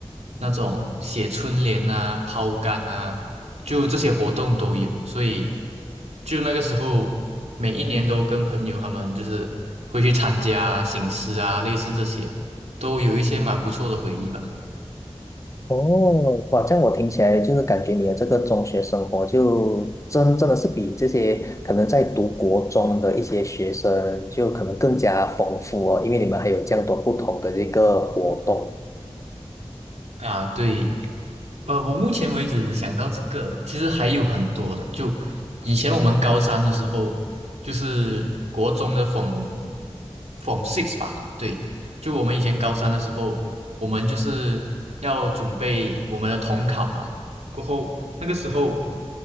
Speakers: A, on the right; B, on the left.
A: 那种写春联啊、抛竿啊，就这些活动都有，所以就那个时候，每一年都跟朋友他们就是会去参加行狮啊，类似这些，都有一些蛮不错的回忆吧。
B: 哦，哇，这样我听起来就是感觉你的这个中学生活就真真的是比这些可能在读国中的一些学生就可能更加丰富哦，因为你们还有这样多不同的这个活动。
A: 啊，对，呃，我目前为止想到这个，其实还有很多的。就以前我们高三的时候，就是国中的 Form Form Six 吧，对，就我们以前高三的时候，我们就是要准备我们的统考嘛。过后那个时候，